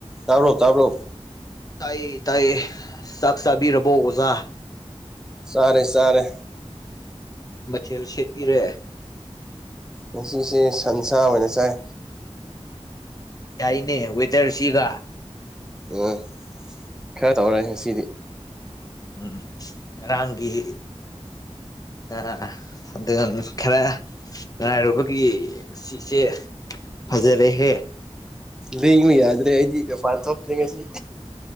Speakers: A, in the centre; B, on the left.
A: ꯇꯥꯔꯣ ꯇꯥꯥꯎꯔꯣ
B: ꯇꯥꯏ ꯇꯥꯏ ꯆꯥꯛ ꯆꯥꯕꯤꯔꯔꯕꯣ ꯑꯣꯖꯥ
A: ꯁꯥꯔꯦ ꯁꯥꯔꯦ
B: ꯃꯊꯦꯜ ꯁꯦꯠꯄꯤꯔꯦ
A: ꯉꯁꯤꯁꯦ ꯁꯟꯁꯥ ꯑꯣꯏꯅ ꯆꯥꯏ
B: ꯌꯥꯏꯅꯦ ꯋꯦꯗꯔꯁꯤꯒ
A: ꯎꯝ ꯈꯔ ꯇꯧꯔꯦ ꯉꯁꯤꯗꯤ
B: ꯎꯝ ꯔꯥꯒꯤꯤ ꯑ ꯑꯗꯨ ꯈꯔ ꯉꯉꯥꯏꯔꯨꯕꯒꯤ ꯁꯤꯁꯦ ꯐꯖꯔꯦꯍꯦ
A: ꯂꯩꯉꯨ ꯌꯥꯗ꯭ꯔꯦ ꯑꯩꯗꯤ ꯃꯄꯥꯟ ꯊꯣꯛꯇ꯭ꯦ ꯉꯁꯤ